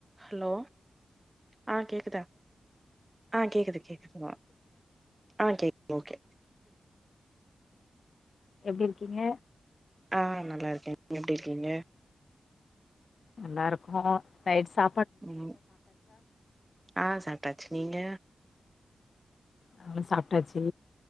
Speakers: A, on the right; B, on the left.
A: Hello ஆ கேக்குதா ஆ கேக்குது கேக்குது ஆ கேக்குது மா ஓகே
B: எப்படி இருக்கீங்க
A: ஆ நல்லா இருக்கே நீங்க எப்படி இருக்கீங்க
B: நல்லா இருக்கோ நைட் சா
A: உம் ஆ சாட்டாச்சு நீங்க
B: அவ்வளோ சாப்ட்டாச்சு